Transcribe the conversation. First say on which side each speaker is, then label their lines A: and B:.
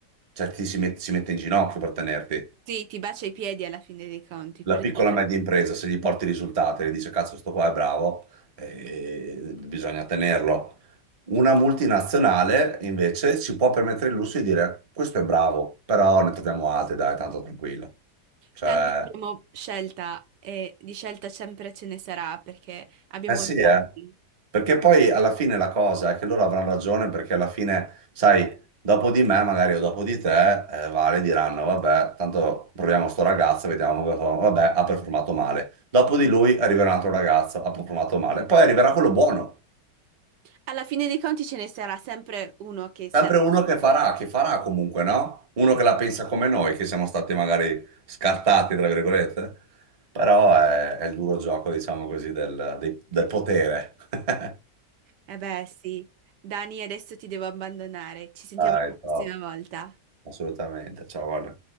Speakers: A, on the right (about 30°); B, on the right (about 75°).
A: cioè ti si met- si mette in ginocchio per tenerti
B: Sì, ti bacia i piedi alla fine dei conti,
A: la
B: per
A: piccola
B: dire.
A: e media impresa, se gli porti i risultati, le dice cazzo, sto qua è bravo, eh, bisogna tenerlo. Una multinazionale invece si può permettere il lusso di dire questo è bravo, però ne troviamo altri, dai, tanto tranquillo. Cioè,
B: Tanto abbiamo scelta e di scelta sempre ce ne sarà perché abbiamo
A: Eh sì,
B: giochi.
A: eh. Perché poi alla fine la cosa è che loro avranno ragione perché alla fine, sai, dopo di me magari o dopo di te, eh, Vale diranno, vabbè, tanto proviamo sto ragazzo, vediamo come fa. Vabbè, ha performato male. Dopo di lui arriverà un altro ragazzo, ha performato male. Poi arriverà quello buono.
B: Alla fine dei conti ce ne sarà sempre uno che sarà.
A: Sempre uno che farà, che farà comunque, no? Uno che la pensa come noi, che siamo stati magari scartati, tra virgolette. Però è, è il duro gioco, diciamo così, del, dei- del potere. <laughs>
B: Eh beh, sì. Dani, adesso ti devo abbandonare. Ci sentiamo
A: Dai,
B: la
A: top.
B: prossima volta.
A: Assolutamente. Ciao, Ale.